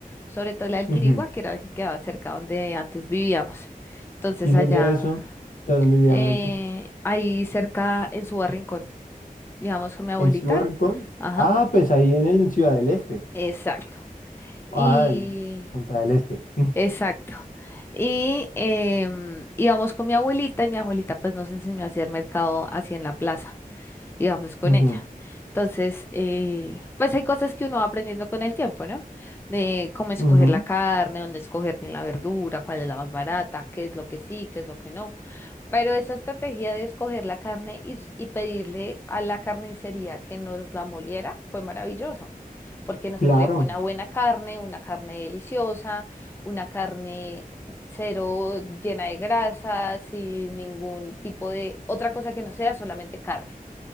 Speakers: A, on the left; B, on the left.
A: sobre todo la del
B: Ujú.
A: Quirigua, que era la que quedaba cerca donde antes vivíamos. Entonces
B: ¿Y dónde
A: allá,
B: era eso? ¿De dónde vivían
A: eh,
B: antes?
A: ahí cerca en su barrincón, íbamos con mi abuelita.
B: ¿En su Rincón?
A: Ajá,
B: Ah, pues ahí en el en Ciudad del Este.
A: exacto. Y,
B: Ah, el- Punta del Este. <laughs>
A: exacto. Y em, íbamos con mi abuelita y mi abuelita pues nos enseñó a hacer mercado así en la plaza. y vamos con
B: Ujú,
A: ella. Entonces, eh, pues hay cosas que uno va aprendiendo con el tiempo, ¿no? De cómo escoger
B: ujú.
A: la carne, dónde escoger bien la verdura, cuál es la más barata, qué es lo que sí, qué es lo que no. Pero esa estrategia de escoger la carne y, s- y pedirle a la carnicería que nos la moliera fue maravilloso, porque nos
B: Claro.
A: entregó una buena carne, una carne deliciosa, una carne cero llena de grasa, sin ningún tipo de otra cosa que no sea solamente carne.